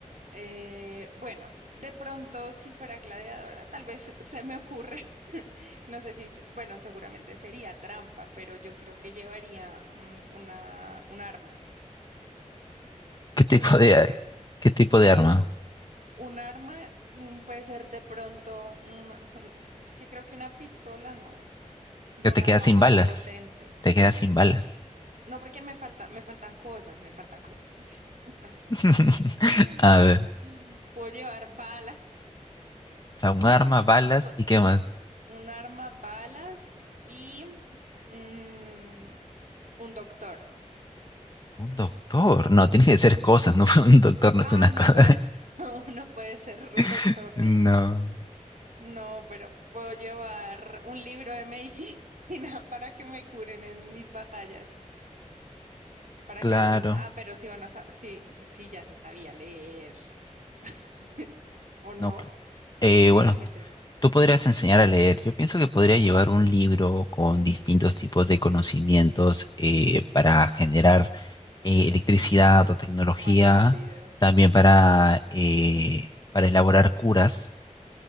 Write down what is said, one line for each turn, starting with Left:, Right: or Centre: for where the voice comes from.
Right: Eh, bueno, de pronto, si fuera gladiadora, tal vez <laughs> se me ocurre. <laughs> No sé si, s- bueno, seguramente sería trampa, pero yo creo que llevaría un, una, un arma.
Left: ¿Qué tipo
Right: Se me ocurre
Left: de,
Right: ya
Left: qué tipo
Right: llevar.
Left: de arma?
Right: Un arma mm, puede ser de pronto una, bueno, es que creo que una pistola no, de
Left: Que
Right: un
Left: te
Right: arma
Left: quedas sin
Right: más
Left: balas.
Right: potente.
Left: Te quedas sin balas.
Right: No, porque me faltan, me faltan cosas, me faltan <laughs> cosas por llevar.
Left: <laughs>
Right: <gasps>
Left: A ver, o
Right: <laughs> Puedo llevar balas,
Left: sea,
Right: <gasps>
Left: un
Right: <laughs>
Left: arma, balas
Right: po-
Left: y qué más.
Right: un arma, balas y mm, un doctor.
Left: Un doctor. No, tiene que ser cosas, no, <laughs> un doctor no
Right: Ah,
Left: es una cosa.
Right: no puede, <laughs> no no puede ser
Left: <laughs>
Right: un doctor.
Left: No,
Right: No, pero puedo llevar un libro de medicina <laughs> para que me curen en mis batallas, para
Left: claro.
Right: que alguien, ah, pero sí van a, sa- sí, pues sí, ya se sabía leer, <laughs> ¿o no?
Left: No, cl- eh,
Right: Sí,
Left: bueno,
Right: la gente
Left: t- tú podrías enseñar a leer. Yo pienso que podría llevar un libro con distintos tipos de conocimientos eh, para generar eh, electricidad o tecnología,
Right: más rápido.
Left: también para, eh, para elaborar curas,